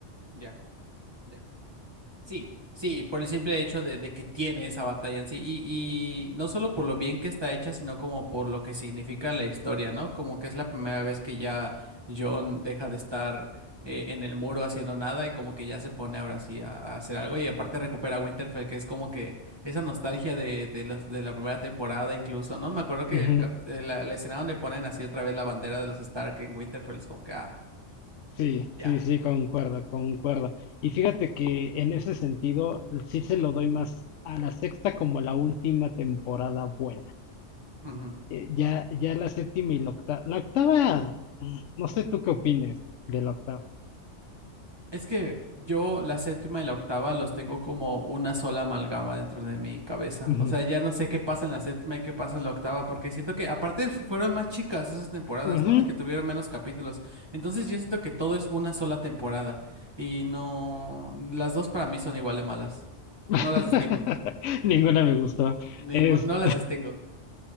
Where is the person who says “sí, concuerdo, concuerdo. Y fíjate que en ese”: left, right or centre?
Left